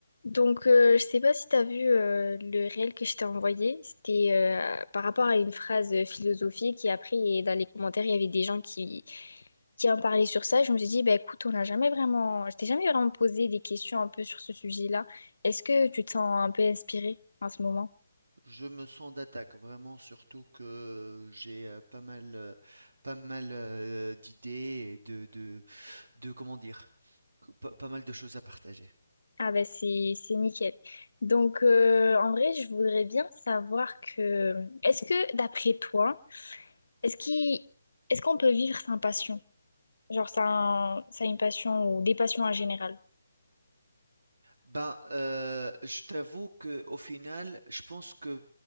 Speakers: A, on the left (about 75°); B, on the right (about 70°).
A: Donc, euh, je sais pas si tu as vu euh, le réel que je t'ai envoyé. C'était euh, par rapport à une phrase philosophique. Et après, et dans les commentaires, il y avait des gens qui, qui en parlaient sur ça. Je me suis dit, bah, écoute, on n'a jamais vraiment... Je t'ai jamais vraiment posé des questions un peu sur ce sujet-là. Est-ce que tu te sens un peu inspirée en ce moment?
B: Je me sens d'attaque vraiment, surtout que j'ai euh, pas mal, euh, pas mal euh, d'idées et de, de, de, comment dire, que- pas, pas mal de choses à partager.
A: Ah ben c'est c'est nickel. Donc euh, en vrai, je voudrais bien savoir que est-ce que d'après toi, est-ce qu'il est-ce qu'on peut vivre sans passion? Genre, ça a, un- ça a une passion ou des passions en général.
B: Ben, euh, je t'avoue que au final, je pense que